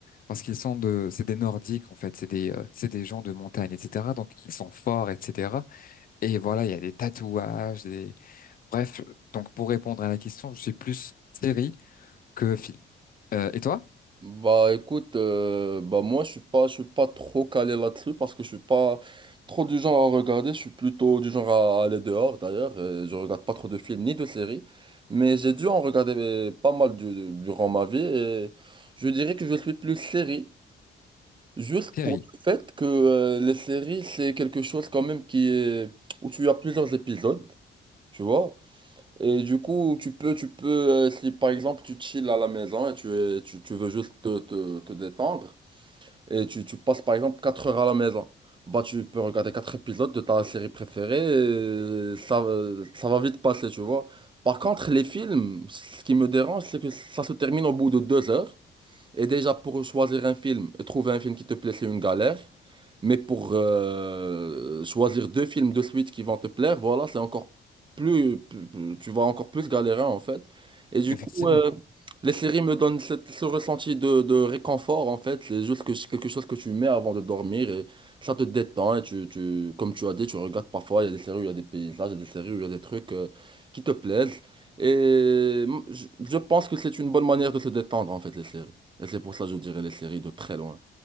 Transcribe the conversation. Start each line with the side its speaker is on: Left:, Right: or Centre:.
Left: parce qu'ils sont de, c'est des Nordiques en fait, c'est des, euh, c'est des gens de montagne, etc. Donc ils sont forts, etc. Et voilà, il y a des tatouages, des, bref. Donc pour répondre à la question, je suis plus série que film. Euh, et toi?
Right: Bah écoute, euh, bah moi je suis pas, je suis pas trop calé là-dessus parce que je suis pas trop du genre à regarder, je suis plutôt du genre à, à aller dehors d'ailleurs, euh, je regarde pas trop de films ni de séries, mais j'ai dû en regarder euh, pas mal du- durant ma vie et je dirais que je suis plus série, juste
Left: Série,
Right: pour le fait que euh, les séries c'est quelque chose quand même qui est où tu as plusieurs épisodes, tu vois. Et du coup, tu peux, tu peux, euh, si par exemple tu chill à la maison et tu, es- tu, tu veux juste te, te, te détendre, et tu, tu passes par exemple 4 heures à la maison. Bah, tu peux regarder 4 épisodes de ta série préférée et ça, euh, ça va vite passer, tu vois. Par contre, les films, ce qui me dérange, c'est que ça se termine au bout de 2 heures. Et déjà, pour choisir un film et trouver un film qui te plaît, c'est une galère. Mais pour euh, choisir deux films de suite qui vont te plaire, voilà, c'est encore plus, plus- plus- tu vas encore plus galérer en fait. Et du
Left: effectivement,
Right: coup, euh, les séries me donnent cette- ce ressenti de, de réconfort en fait. C'est juste que, quelque chose que tu mets avant de dormir et ça te détend. Et tu, tu, comme tu as dit, tu regardes parfois, il y a des séries où il y a des paysages, il y a des séries où il y a des trucs euh, qui te plaisent. Et mm, je je pense que c'est une bonne manière de se détendre en fait, les séries. Et c'est pour ça que je dirais les séries de très loin.